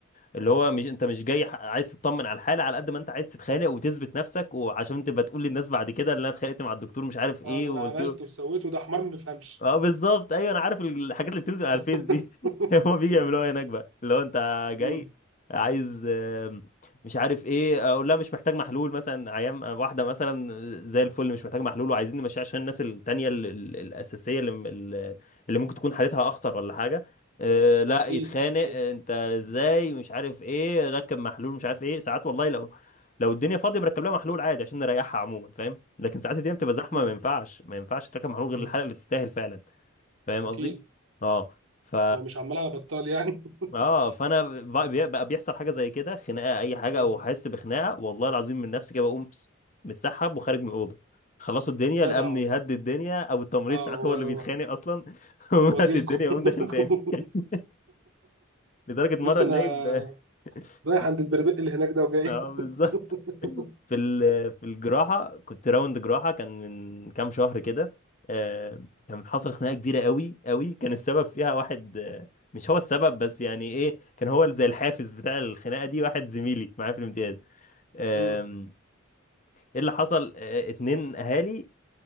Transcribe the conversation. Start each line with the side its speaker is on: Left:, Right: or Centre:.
Left: اللي هو
Right: اه
Left: مش انت مش جاي ح- عايز تطمن على الحاله على قد ما انت عايز تتخانق وتثبت نفسك وعشان تبقى تقول للناس بعد كده اللي انا اتخانقت مع الدكتور مش عارف ايه
Right: اه ده
Left: وقلت
Right: انا عملت
Left: له
Right: وسويت وده حمار ما بيفهمش
Left: اه بالظبط ايوه انا عارف الحاجات اللي بتنزل على
Right: <laughs>
Left: الفيس دي <laughs> هما بيجي يعملوها هناك بقى اللي هو انت جاي
Right: مم.
Left: عايز آم، مش عارف ايه اقول لها مش محتاج محلول مثلا عيام واحده مثلا زي الفل مش محتاج محلول وعايزين نمشيها عشان الناس التانيه ال- ال- الاساسيه اللي ال- اللي ممكن تكون حالتها اخطر ولا حاجه آه، لا
Right: اكيد
Left: يتخانق
Right: اكيد
Left: آه، انت ازاي مش عارف ايه ركب محلول مش عارف ايه ساعات والله لو لو الدنيا فاضيه مركب لها محلول عادي عشان نريحها عموما فاهم لكن ساعات الدنيا بتبقى زحمه
Right: مم.
Left: ما ينفعش ما ينفعش تركب محمول غير
Right: مم.
Left: الحلقه اللي تستاهل فعلا فاهم
Right: اكيد
Left: قصدي اه ف
Right: هو مش عمال على بطال يعني <laughs>
Left: اه فانا بقى بي- بقى بيحصل حاجه زي كده خناقه اي حاجه
Right: مم.
Left: او احس بخناقه والله العظيم من نفسي كده بقوم بس- متسحب وخارج من الاوضه خلصوا الدنيا
Right: جدع
Left: الامن
Right: والله
Left: يهدد الدنيا او التمريض
Right: اه
Left: ساعات
Right: و-
Left: هو اللي بيتخانق اصلا <laughs> ويهدد
Right: واجيلكم
Left: الدنيا
Right: <laughs>
Left: ويقوم داخل تاني <laughs> لدرجه
Right: بص
Left: مره
Right: انا
Left: النايب <laughs>
Right: رايح
Left: كنت
Right: عند البربق اللي هناك ده وجاي
Left: اه بالظبط
Right: <laughs>
Left: في ال- في الجراحه كنت راوند جراحه كان من كام شهر كده آه، كان حصل خناقه كبيره قوي قوي كان السبب فيها واحد آه، مش هو السبب بس يعني ايه كان هو زي الحافز بتاع الخناقه دي واحد زميلي معايا في الامتياز آم،
Right: مم.
Left: ايه اللي حصل آه، اتنين اهالي